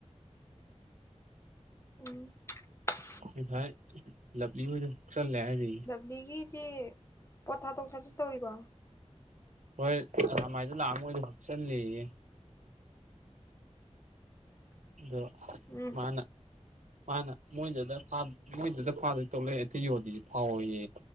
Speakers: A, on the left (about 25°); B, on the right (about 80°).
A: ꯎꯝ <unintelligible>
B: <unintelligible> ꯂꯞꯂꯤ ꯍꫭꯏꯗ ꯍꯨꯛꯆꯜꯂꯦ ꯍꯥꯏꯔꯤꯌꯦ
A: ꯂꯞꯂꯤꯒꯤꯗꯤ ꯄꯣꯠ ꯊꯥꯗꯣꯛ ꯊꯥꯖꯤꯟ ꯇꯧꯔꯤꯕꯣ
B: ꯍꯣꯏ ꯑꯔꯥꯝꯕꯥꯏꯗꯨ ꯂꯥꯛꯑ ꯃꯣꯏꯗ ꯍꯨꯞꯆꯜꯂꯦꯌꯦ ꯑꯗꯣ
A: ꯎꯝ
B: ꯃꯥꯅ ꯃꯥꯅ ꯃꯣꯏꯗꯗ ꯐꯥ ꯃꯣꯏꯗꯨꯗ ꯐꯥꯗꯣꯏ ꯇꯧ ꯂꯩ ꯑꯇꯩ ꯌꯣꯜꯂꯤꯁꯤ ꯐꯥꯎꯋꫭꯌꯦ